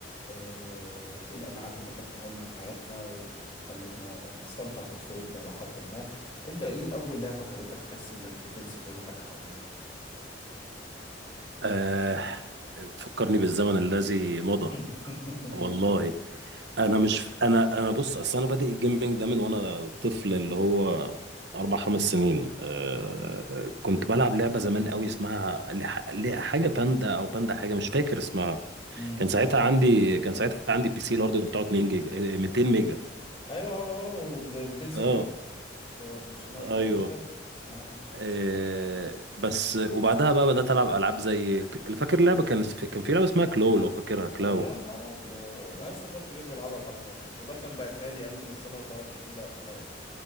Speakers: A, on the left; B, on the right.
A: آه، الالعاب اللي كانت مهمه في حياتنا وخلتنا نستمتع بطفولتنا الى حد ما انت ايه اول لعبه خلتك تحس انك بتنسى كل حاجه حواليك
B: آه بتفكرني بالزمن الذي مضى
A: <laughs>
B: والله انا مش انا انا بص اصل انا بادئ الجيمنج ده من وانا طفل اللي هو اربع خمس سنين آه كنت بلعب لعبه زمان قوي اسمها لح- لح- حاجه باندا او باندا حاجه مش فاكر اسمها
A: امم
B: كان ساعتها عندي كان ساعتها عندي بي سي الهارد بتاعه 2 جيجا آه، 200 ميجا
A: ايوه اه و256
B: اه
A: و512
B: ايوه
A: اه
B: آه بس وبعدها بقى بدات العب العاب زي ك- فاكر لعبه كان كان في لعبه اسمها كلو لو فاكرها كلاو
A: اه يا نهار ابيض انا لسه اخويا الكبير بيلعبها لحد دلوقتي والله كان باعتها لي قال لي نزلها وتعالى نشوف مين اللي قفلها اصلا